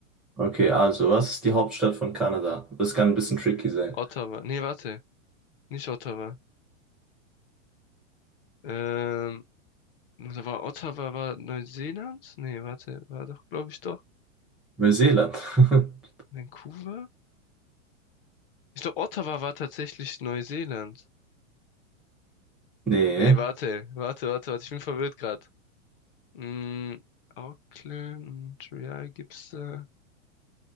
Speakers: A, in the centre; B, on the left (about 45°).
A: Okay, also, was ist die Hauptstadt von Kanada? Das kann ein bisschen tricky sein.
B: Ottawa. Nee, warte. Nicht Ottawa. Ähm, da war Ottawa war Neuseeland? Nee, warte. War doch, glaube ich, doch.
A: Neuseeland. <laughs>
B: Vancouver? Ich glaube, Ottawa war tatsächlich Neuseeland.
A: Nee.
B: Nee, warte. Warte, warte, warte. Ich bin verwirrt gerade. Mm, Auckland, Montreal gibt's da.